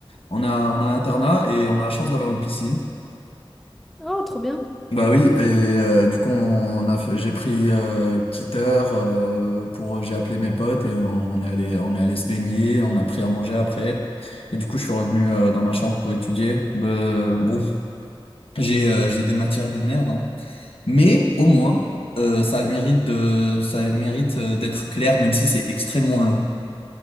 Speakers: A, on the left; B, in the centre.
A: On a, on a un internat et on a la chance d'avoir une piscine.
B: Oh, trop bien.
A: Bah oui, et euh, du coup on a fait- j'ai pris euh, une petite heure euh, pour j'ai appelé mes potes et on est allé on est allé se baigner, on a pris à manger après et du coup je suis revenu euh, dans ma chambre pour étudier. Euh, bon, j'ai euh, j'ai des matières de merde hein. Mais au moins euh, ça a le mérite de ça a le mérite euh, d'être clair même si c'est extrêmement long.